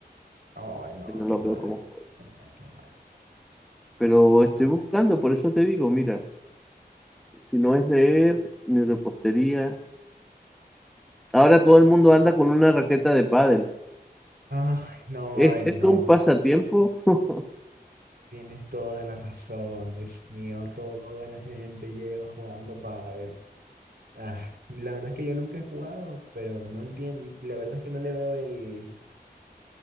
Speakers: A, on the right; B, in the centre.
A: no, no,
B: que no
A: qué
B: lo
A: mal,
B: veo como hobby.
A: qué mal, qué mal.
B: Pero estoy
A: Ah,
B: buscando, por eso te digo, mira, si no es leer ni repostería. Ahora todo el mundo anda con una raqueta de pádel.
A: ay, no,
B: ¿Es
A: ay,
B: eso
A: no,
B: un pasatiempo? <laughs>
A: tienes toda la razón, Dios mío, toda la gente lleva jugando pádel. Ah, la verdad es que yo nunca he jugado, pero no entiendo, la verdad es que no le veo el,